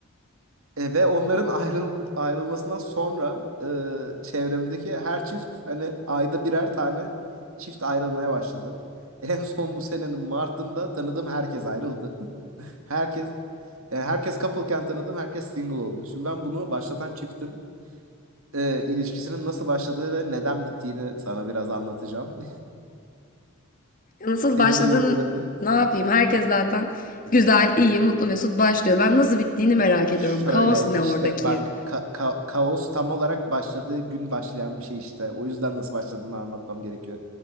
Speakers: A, on the right (about 70°); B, on the left (about 35°).
A: E, ve onların ayrıl ayrılmasından sonra e, çevremdeki her çift hani ayda birer tane çift ayrılmaya başladı. <laughs> En son bu senenin Mart'ında tanıdığım herkes ayrıldı. <laughs> Herkes yani herkes couple'ken tanıdığım herkes single oldu. Şimdi ben bunu başlatan çiftin e, ilişkisinin nasıl başladığı ve neden bittiğini sana biraz anlatacağım. <laughs>
B: Nasıl
A: Senin
B: başladın?
A: de yorumlarını.
B: Ne yapayım? Herkes zaten güzel, iyi, mutlu, mesut başlıyor. Ben nasıl bittiğini merak
A: Şöyle
B: ediyorum. Kaos ne
A: işte
B: oradaki?
A: bak ka- ka- kaos tam olarak başladığı gün başlayan bir şey işte. O yüzden nasıl başladığını anlatmam gerekiyor